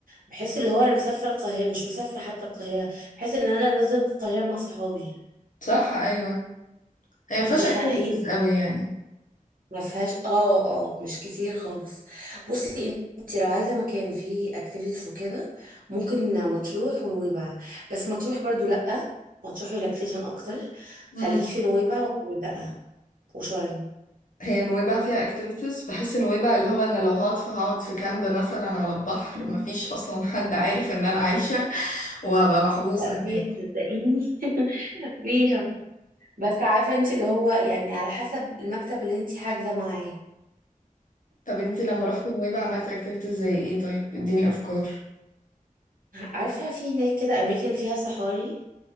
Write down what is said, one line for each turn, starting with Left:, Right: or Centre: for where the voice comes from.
Right: بحس اللي هو انا مسافره القاهره مش مسافره حتى القاهره بحس ان انا نازله القاهره مع صحابي
Left: صح ايوه هي ما فيهاش
Right: دي
Left: اكتيفيتيز
Right: حقيقه
Left: قوي يعني
Right: ما فيهاش اه اه مش كتير خالص بصي انت لو عايزه مكان فيه اكتيفيتيز وكده ممكن مطروح ونويبع بس مطروح برضو لا مطروح ريلاكسيشن اكتر
Left: مم.
Right: خليكي في نويبع والغردقه وشرم
Left: هي نويبع فيها اكتيفيتيز بحس نويبع اللي هو انا لو هقعد فهقعد في كامب مثلا على البحر
Right: مم.
Left: مفيش اصلا حد عارف ان انا عايشة <laughs> وهبقى محبوسة
Right: لا
Left: هناك
Right: فيها صدقيني <laughs> فيها بس عارفه انت اللي هو يعني على حسب المكتب اللي انت حاجزه معاه
Left: طب انتي لما رحتي نويبع عملتي اكتيفيتيز زي ايه طيب اديني افكار
Right: عارفه في هناك كده اماكن فيها صحاري